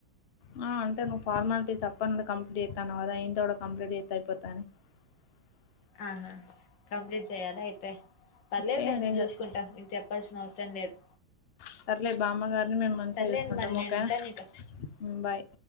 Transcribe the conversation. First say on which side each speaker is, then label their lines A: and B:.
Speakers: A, on the left (about 85°); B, on the left (about 65°).
A: అ ఆ అంటే నువ్ ఫార్మాలటీస్ అప్పటి నుండి కంప్లీట్ చేత్తనవ్ గదా, ఈ ఇంత కూడా కంప్లీట్ చేత్తె అయిపోతాదని. ఆ
B: ఆహా కంప్లీట్ చెయాలా అయితే, పర్లేదులే
A: చేయండి
B: నువ్
A: ఏం
B: చూసుకుంటావ్,
A: కాదు
B: నీకు చెప్పాల్సిన అవస రం లేద్.
A: సర్లే, బామ్మగారిని మేం మంచిగా
B: సర్లేండి
A: చూసుకుంటాము
B: మరి
A: ఓకేనా
B: నేను ఉంటాను ఇక
A: ఉమ్ బాయ్.